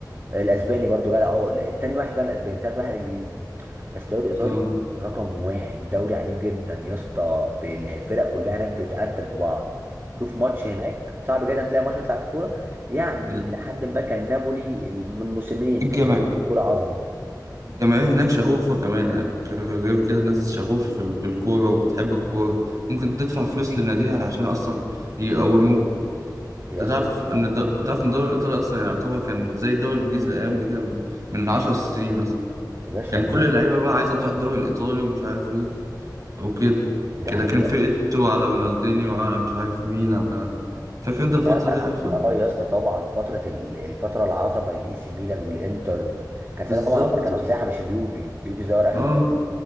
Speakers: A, on the right (about 35°); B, on the right (about 50°).
A: الاسباني برضو جدع اه التاني واحد فعلا الاسباني تالت واحد الانجليزي بس الدوري الايطالي
B: اه
A: رقم واحد دوري عنيف جدا يا اسطى بال- الفرق كلها هناك بتقتل في بعض شوف ماتش هناك صعب جدا تلاقي ماتش يطلع في كوره يعني
B: ال-
A: لحد ما كان نابولي من موسمين
B: الجماهير
A: كان كوره عظمه
B: الجماهير هناك شغوفة كمان يعني غير غير كده الناس شغوفة في ال- بالكورة وبتحب الكورة ممكن تدفع فلوس لناديها عشان أصلا يقوموه انت
A: يا اسطى
B: تعرف ان
A: آه،
B: الد-
A: ده حقيقه
B: انت تعرف ان الدوري الايطالي اصلا يعني يعتبر كان زي الدوري الانجليزي الايام دي كده من 10 سنين مثلا
A: يا باشا
B: كان كل اللعيبه بقى عايزه تروح الدوري الايطالي ومش عارف ايه وكده
A: ده
B: كده
A: حقيقه
B: كان
A: يا
B: في
A: باشا
B: ايتو على رونالدينيو على مش عارف مين على فاكر انت الفتره
A: لا لا
B: دي عارفها
A: اه يا اسطى طبعا فتره ال- الفتره العظمه للاي سي ميلان والانتر و... كان
B: بالظبط
A: ساعتها طبعا هم كانوا في ساحه مش اليوفي اليوفي ظهر اخر
B: اه
A: فتره